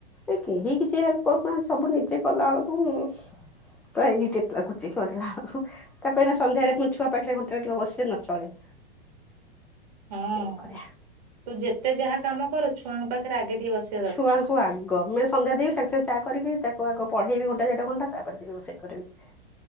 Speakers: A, in the centre; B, on the right (about 45°).
A: ଏ କେହି କିଛି ହେଲ୍ପ କରୁନାହାନ୍ତି ସବୁ ନିଜେ କଲାବେେଳକୁ ୁର ଇରିଟେଟ ଲାଗୁଚିକ ମ ତା ପାଇଁ ନା ସନ୍ଧ୍ୟାରେ ମୁଁ ଛୁଆ ପାଖରେ ଘଣ୍ଟେ ବସିଲେ ନ ଚଳେ
B: ହଁ
A: କଣ କରିବା
B: ତୁ ଯେତେ ଯାହା କାମ କରୁ ଛୁଆଙ୍କ ପାଖରେ ଆଗେ ଟିକେ ବସିିକ
A: ଛୁଆଙ୍କୁ ଆଗ ମାନେ ସନ୍ଧ୍ୟା ଦେବି ସାଙ୍ଗ ସେ ଚାହା କରିବି ତାକୁ ଆଗ ପଢେଇବି ଘଣ୍ଟା ଦେଢ଼ ଘଣ୍ଟା ତାପରେ ଯିବି ରୋଷେଇ କରିବି